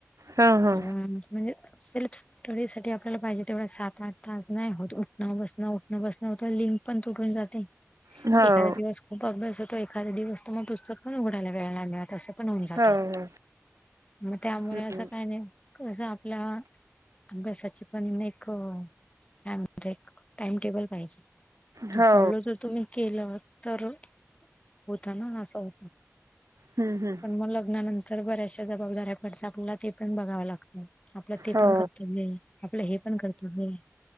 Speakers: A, on the right; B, on the left.
A: हा हा
B: हम्म. म्हणजे सेल्फ स्टोरी साठी आपल्याला पाहिजे तेवढ्या सात आठ. तास नाही होत उठणं बसणं उठणं बसणं हो तर लिंक पण तुटून जाते
A: हो
B: एखादा दिवस. खूप अभ्यास होतो एखाद दिवस तर मग पुस्तक पण उघडाला वेळला मिळत असं. पण होऊन जात
A: हो हो
B: मग त्यामुळे
A: हम्म
B: असं काय नाही. कसं आपल्या अभ्यासाची पण एक. हण एक टाइम टेबल पाहिजे तो
A: हो
B: फॉलो तर तुम्ही. केलं तर होत ना असं.
A: हम्म हम्म
B: पण मग लग्नानंतर बऱ्याचशा जबाबदाऱ्या पडतात आपला ते पण बघावं लागतं. आपलं ते
A: हो
B: पण करतव्य आपलं हे पण करतव्य.